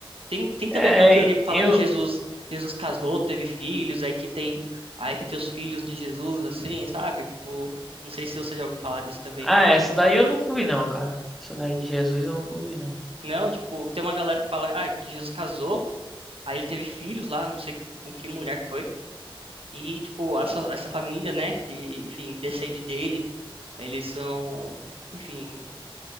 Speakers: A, on the right (about 80°); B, in the centre.
A: Tem, tem também
B: É,
A: aquela teoria que fala
B: eu.
A: que Jesus, Jesus casou, teve filhos, aí que tem, aí que tem os filhos de Jesus, assim, sabe? Tipo, não sei se você já ouviu falar disso também.
B: Ah, essa daí eu nunca vi, não, cara. Essa daí de Jesus eu nunca vi, não.
A: Não, tipo, tem uma galera que fala, ah, que Jesus casou, aí ele teve filhos lá, não sei com que mulher que foi. E, tipo, essa, essa família, né, que, enfim, descende dele, eles são, enfim,